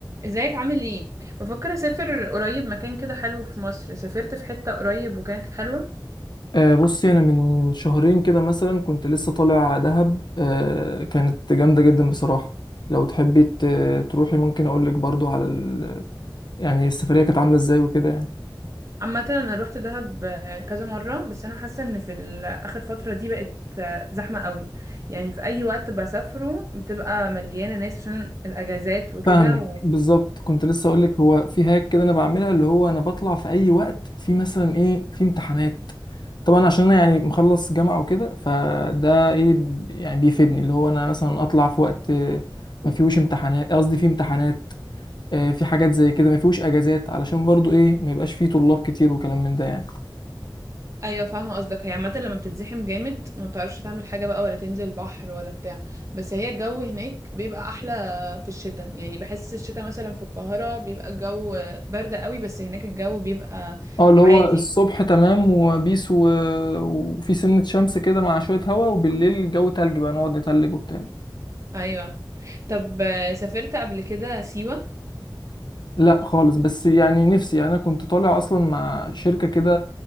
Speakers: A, on the right; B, on the left.
A: ازيك عامل ايه بفكر اسافر قريب مكان كده حلو في مصر سافرت في حتة قريب وكانت حلوة
B: آه، بصي انا من شهرين كده مثلا كنت لسه طالع دهب آه، كانت جامده جدا بصراحه لو تحبي ت- تروحي ممكن اقول لك برضو على ال... يعني السفريه كانت عامله ازاي وكده يعني
A: عامة انا روحت دهب آه، كذا مرة بس انا حاسة ان في ال- اخر فترة دي بقت آه، زحمة قوي يعني في اي وقت بسافره بتبقى مليانة ناس عشان الاجازات وكده
B: فاهمك بالظبط كنت لسه اقول لك هو في هاك كده انا بعملها اللي هو انا بطلع في اي وقت في مثلا ايه في امتحانات طبعا عشان انا يعني مخلص جامعه وكده فده ايه يعني بيفيدني اللي هو انا مثلا اطلع في وقت آه، ما فيهوش امتحانات قصدي في امتحانات آه، في حاجات زي كده ما فيهوش اجازات علشان برضو ايه ما يبقاش فيه طلاب كتير وكلام من ده يعني
A: ايوه فاهمه قصدك هي عامه لما بتتزحم جامد ما بتعرفش تعمل حاجه بقى ولا تنزل البحر ولا بتاع بس هي الجو هناك بيبقى احلى في الشتاء يعني بحس الشتاء مثلا في القاهره بيبقى الجو برد قوي بس هناك الجو بيبقى
B: اه اللي
A: عادي
B: هو الصبح تمام وبيس و... وفي سنة شمس كده مع شوية هوا وبالليل جو تلج بقى نقعد نتلج وبتاع
A: ايوه طب آه، سافرت قبل كده سيوه
B: لا خالص بس يعني نفسي يعني انا كنت طالع اصلا مع شركة كده